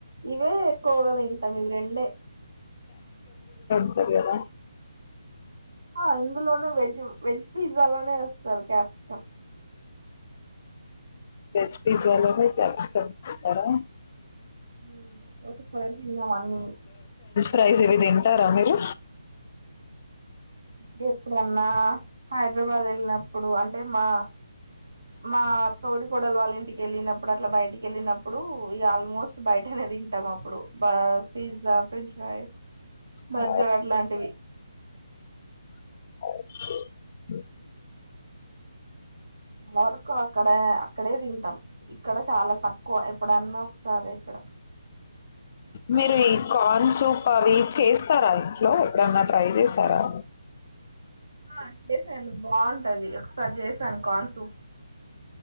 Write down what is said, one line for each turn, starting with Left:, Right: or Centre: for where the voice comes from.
Right: ఇవే ఎక్కువగా తింటాము ఇవి రెండే
Left: ఉండది గదా
Right: ఆహ్ ఇందులోనే వెజ్జ్ వెజ్జ్ పిజ్జా లోనే వేస్తారు క్యాప్సికం
Left: వెజ్ పీజా లోనే క్యాప్సికం ఇస్తారా
Right: ఉమ్ ఒకసారి తిన్నావ అన్ని
Left: ప్రైజ్ ఇవి తింటారా మీరు
Right: గేప్ ఎ <unintelligible> హైదరాబాద్ వెళ్ళినప్పుడు అంటే మా మా తోడి కొడలు వాళ్ళ ఇంటికి వెళ్ళినప్పుడు అట్లా బయటికి వెళ్ళినప్పు. అప్పుడు ఈగ ఆల్మోస్ట్ బయటనే తింటాము అప్ అప్పుడు బర్ పిజ్జా ఫ్రెంచ్ ప్రైస్ బర్గర్
Left: ఆ,
Right: అట్లాంటివి
Left: ఆహ్
Right: వర్క్ అక్కడే అక్కడె అక్కడే తింటాం ఇక్కడ చాలా తక్కువ ఎప్పుడన్నా ఒకసారి ఇక్కడ.
Left: మీరు ఈ కార్న్ సూప్ అవి చేస్తారా ఇంట్లో ఎప్పుడన్నా ట్రై చేశారా.
Right: ఆ చేశాను బాగుంటది ఒకసారి చేశాను. కార్న్ సూప్